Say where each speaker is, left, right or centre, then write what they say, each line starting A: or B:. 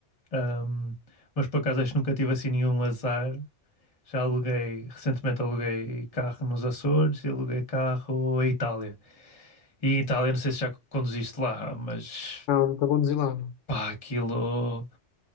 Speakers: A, on the left (about 30°); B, on the left (about 85°).
A: Ahm, mas por acaso acho que nunca tive assim nenhum azar. Já aluguei, recentemente aluguei carro nos Açores e aluguei carro à Itália. E em Itália, não sei se já conduziste lá, mas
B: Não, nunca conduzi lá, não.
A: pá, aquilo.